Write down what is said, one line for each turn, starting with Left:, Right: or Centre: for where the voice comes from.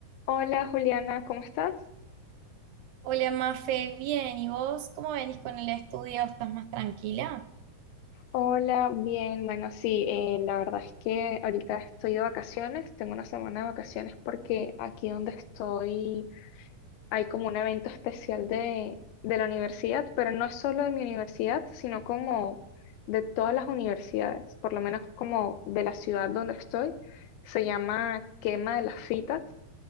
Left: Hola Juliana, ¿cómo estás?
Right: Hola, Mafe, bien, ¿y vos cómo venís con el estudio? ¿Estás más tranquila?
Left: Hola, bien, bueno, sí, eh, la verdad es que ahorita estoy de vacaciones, tengo una semana de vacaciones porque aquí donde estoy hay como un evento especial de, de la universidad, pero no es solo de mi universidad, sino como de todas las universidades, por lo menos como de la ciudad donde estoy, se llama Quema de las Fitas,